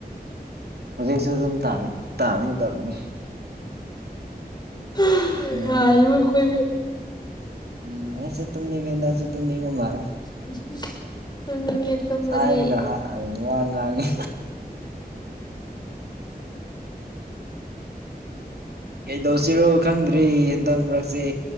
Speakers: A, on the right; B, on the left.
A: ꯍꯧꯖꯤꯛꯁꯨ ꯑꯗꯨꯝ ꯇꯥꯟꯒꯗꯕꯅꯤ
B: <unintelligible>
A: ꯎꯝ ꯎꯝ ꯑꯁꯦ ꯇꯨꯝꯅꯤꯡꯉꯦ ꯅꯪꯁꯨ ꯇꯨꯝꯅꯤꯡꯕ ꯃꯥꯜꯂꯦ
B: <unintelligible> ꯇꯨꯝꯅꯤꯡꯉꯦ ꯇꯨꯝꯒꯅꯤ
A: ꯁꯥꯏꯔꯒ ꯋꯥ ꯉꯥꯡꯉꯤ ꯀꯩꯗꯧꯁꯤꯔꯣ ꯈꯪꯗ꯭ꯔꯦ ꯍꯟꯇꯛ ꯃꯔꯛꯁꯤ